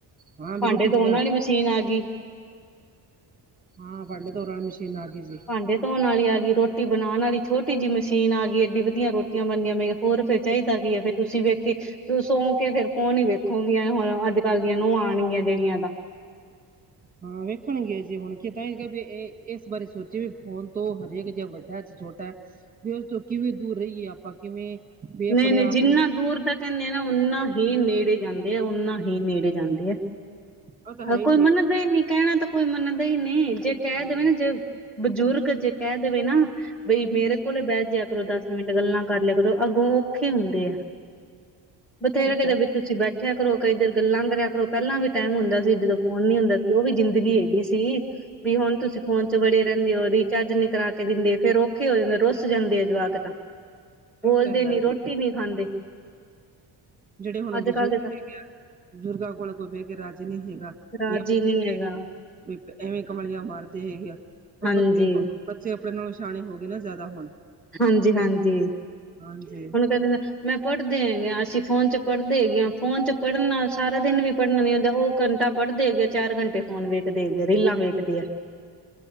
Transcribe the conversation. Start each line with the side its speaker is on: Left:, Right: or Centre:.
Right: ਹਾਂ ਵੀ
Centre: ਭਾਂਡੇ
Right: ਰੋਟੀ
Centre: ਧੋਣ
Right: ਪਕਾ
Centre: ਵਾਲੀ ਮਸ਼ੀਨ ਆਗੀ।
Right: ਹਾਂ, ਭਾੰਡੇ ਧੋਣ ਨਾਲ ਵਾਲੀ ਮਸ਼ੀਨ ਆਗੀ ਜੀ।
Centre: ਭਾਂਡੇ ਧੋਣ ਵਾਲੀ ਆਗੀ, ਰੋਟੀ ਬਣਾਣ ਵਾਲੀ ਛੋਟੀ ਜਿਹੀ ਮਸ਼ੀਨ ਆਗੀ, ਏਡੀ ਵਧੀਆ ਰੋਟੀਆਂ ਬਣਦੀਆਂ ਮੇਂ ਹੋਰ ਫੇਰ ਚਾਹੀਦਾ ਕੀ ਆ‌, ਫਿਰ ਤੁਸੀ ਵੇਖੇ ਸੋਂਕੇ ਫੋਨ ਹੀ ਵੇਖੋਂਗੀਆ, ਹੁਣ ਅੱਜ-ਕੱਲ ਦੀਆਂ ਨੂੰਹਾਂ ਆਣਗੀਆਂ ਜਿਹੜੀਆਂ ਤਾ।
Right: ਹਾਂ ਵੇਖਣਗੀਆਂ, ਜੇ ਹੁਣ ਕਿ ਤਾਂ ਵੀ ਇਹ ਇਸ ਬਾਰੇ ਸੋਚੇ ਵੀ ਫੋਨ ਤੋਂ ਹਰੇਕ ਜਾ ਵੱਡਾ ਛੋਟਾ ਏ, ਵੀ ਓਸ ਤੋਂ ਕਿਵੇਂ ਦੂਰ ਰਹੀਏ, ਆਪਾ ਕਿਵੇਂ ਵੀ ਆਪਣੇ
Centre: ਨੲੀਂ-ਨੲੀਂ,
Right: ਆਪ
Centre: ਜਿੰਨਾ
Right: ਨੂੰ
Centre: ਦੂਰ ਦਾ ਕੈਨੇ ਆ ਨਾ, ਓਨਾ ਹੀ ਨੇੜੇ ਜਾਂਦੇ ਐ-ਓਨਾ ਹੀ ਨੇੜੇ ਜਾਂਦੇ ਐ।
Right: ਉਹ ਤਾਂ ਹੈ
Centre: ਅ
Right: ਹੀ
Centre: ਕੋਈ
Right: ਜੀ
Centre: ਮੰਨਦਾ ਈ ਨੀ, ਕੈਣਾ ਤਾਂ ਕੋਈ ਮੰਨਦਾ ਈ ਨੀ, ਜੇ ਕੈਅ
Right: ਹਾਂਜੀ
Centre: ਦੇਵੇ ਨਾ ਜੇ ਬਜ਼ੁਰਗ ਜੇ ਕੈਅ ਦੇਵੇ ਨਾ, ਬਈ ਮੇਰੇ ਕੋਲੇ ਬੈਅ ਜਿਆ ਕਰੋ, ਦਸ ਮਿੰਟ ਗੱਲਾਂ ਕਰ ਲਿਆ ਅੱਗੋ ਔਖੇ ਹੁੰਦੇ ਐ, ਬਥੇਰੇ
Right: ਇਹ
Centre: ਕਿਤੇ
Right: ਤਾਂ
Centre: ਬੀ ਤੁਸੀਂ ਬੈਠਿਆ ਕਰੋ, ਕਈ ਦੇਰ ਗੱਲਾਂ ਕਰਿਆ ਕਰੋ। ਪਹਿਲਾਂ ਵੀ ਟੈਮ ਹੁੰਦਾ ਸੀ, ਜਦੋਂ ਫੋਨ ਨੀ ਹੁੰਦਾ ਸੀ, ਓ ਵੀ ਜ਼ਿੰਦਗੀ ਹੈਗੀ ਸੀ। ਵੀ ਹੁਣ ਤੁਸੀਂ ਫੋਨ ਚ ਵੜੇ ਰਹਿੰਨੇ ਓ ਬੀ। ਚਾਰਜਰ ਨੀ ਕਰਾ ਕੇ ਦਿੰਦੇ ਫੇਰ ਔਖੇ ਹੋ ਜੰਦੇ ਰੁੱਸ ਜਾਂਦੇ ਐ ਜਵਾਕ ਤਾਂ। ਬੋਲਦੇ
Right: ਇਹ ਤਾਂ ਹੈ
Centre: ਨੀ
Right: ਜੀ
Centre: ਰੋਟੀ ਨੀਂ ਖਾਂਦੇ।
Right: ਜਿਹੜੇ ਹੁਣ
Centre: ਅੱਜ
Right: ਬਜ਼ੁਰਗ
Centre: ਕੱਲ੍ਹ ਦੇ ਤਾਂ
Right: ਹੈਗੇ ਬਜ਼ੁਰਗਾਂ ਕੋਲ ਕੋਈ ਬੇ ਕੇ ਰਾਜੀ ਨੀ ਹੇਗਾ,
Centre: ਰਾਜੀ
Right: <unintelligible>
Centre: ਨੀ ਹੈਗਾ
Right: ਏ ਤ ਐਵੇਂ ਕਮਲੀਆਂ ਮਾਰਦੇ ਹੈਗੇ ਆ, ਹੁਣ
Centre: ਹਾਂਜੀ
Right: ਬੱਚੇ ਬੱਚੇ ਆਪਣੇ ਨਾਲੋ ਸ਼ਿਆਣੇ ਹੋ ਗੇ ਨਾ ਜ਼ਿਆਦਾ ਹੁਣ।
Centre: ਹਾਂਜੀ-ਹਾਂਜੀ,
Right: ਹਾਂਜੀ
Centre: ਹੁਣ ਕੈ ਦੇਦ ਮੈਂ ਪੜ੍ਹਦੇ ਹੈਗੇ ਆਂ ਅਸੀਂ ਫੋਨ ਚ, ਪੜ੍ਹਦੇ ਹੈਗੇ ਆਂ, ਫੋਨ ਚ ਪੜ੍ਹਨਾ, ਸਾਰਾ ਦਿਨ ਵੀ ਪੜ੍ਹਨਾ ਨੀ ਹੁੰਦਾ। ਓ ਘੰਟਾ ਪੜ੍ਹਦੇ ਏਗੇ ਐ ਚਾਰ ਘੰਟੇ ਫੋਨ ਵੇਖਦੇ ਏਗੇ ਆ, ਰੀਲਾਂ ਵੇਖਦੇ ਐ।